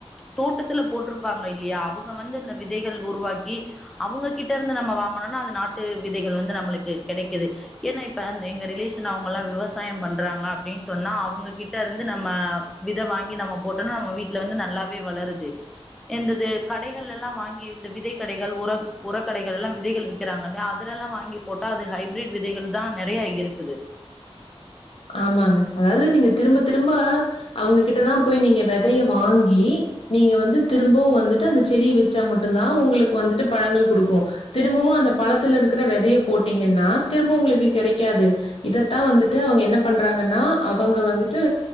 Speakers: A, in the centre; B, on the left.
A: தோட்டத்துல போட்டிருப்பாங்க இல்லையா அவங்க வந்து இந்த விதைகள் உருவாக்கி அவங்ககிட்ட இருந்து நம்ம வாங்கணும்னா அது நாட்டு விதைகள் வந்து நம்மளுக்கு கிடைக்குது ஏன்னா இப்ப அந்த எங்க ரிலேஷன் அவங்க எல்லாம் விவசாயம் பண்றாங்க அப்டின்னு சொன்னா அவங்ககிட்ட இருந்து நம்ம நம்ம விதை வாங்கி நம்ம போட்டோம்னா நம்ம வீட்ல வந்து நல்லாவே வளருது எந்தது கடைகள் எல்லாம் வாங்கி இந்த விதை கடைகள் உர உரக் கடைகள் எல்லாம் விதைகள் விறக்கிறாங்கல்ல அதுல எல்லாம் வாங்கி போட்டா அது ஹைப்ரட் விதைகள் தான் நிறைய இருக்குது
B: ஆமாங்க அதாவது நீங்க திரும்ப திரும்ப அவங்ககிட்டதான் போய் நீங்க வெதய வாங்கி நீங்க வந்து திரும்பவும் வந்துட்டு அந்த செடிய வச்சா மட்டும்தான் உங்களுக்கு வந்துட்டு பழங்கள் கொடுக்கும் திரும்பவும் அந்த பழத்துல இருக்கிற விதைய போட்டீங்கன்னா திரும்பவும் உங்களுக்கு கிடைக்காது இதத்தான் வந்துட்டு அவங்க என்ன பண்றாங்கன்னா அவங்க வந்துட்டு